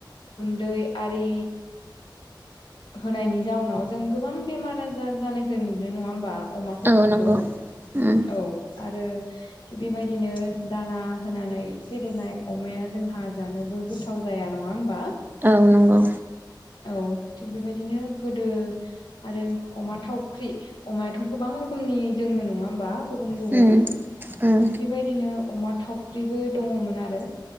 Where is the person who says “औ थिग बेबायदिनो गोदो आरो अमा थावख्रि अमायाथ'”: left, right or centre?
Left